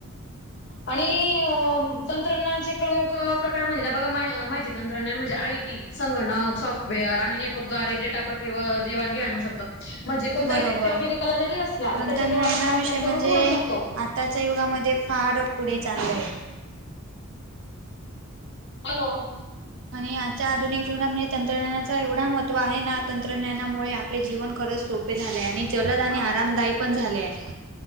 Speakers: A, on the left (about 55°); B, on the right (about 65°).
A: आणि अ तंत्रज्ञानाचे प्रमुख प्रकार, म्हणजे ना बघा मा- माहिती तंत्रज्ञान, म्हणजे आई टी, संगणक, सॉफ्टवेअर आणि नेटवर्कद्वारे डेटा प्रक्रियेवर देवाणघेवान होऊ शक म्हणजे कोणताही
B: बरोबर
A: व्यक्ती अमेरिकाला जरी असला, तर
B: तंत्रज्ञानाविषयी
A: त्याच्या जेव्हा आपण कॉन्टॅक्ट
B: म्हणजे
A: करून बोलू शकतो.
B: आताच्या युगामध्ये, फार पुढे चालल ये.
A: हॅलो?
B: आणि आजच्या आधुनिक जीवनात म्ह तंत्रज्ञानाचा, एवढा महत्त्व आहे ना, तंत्रज्ञानामुळे आप ले जीवन खरंच सोपे झाले ये, आणि जलद आणि आरामदायी पण झाले आहे.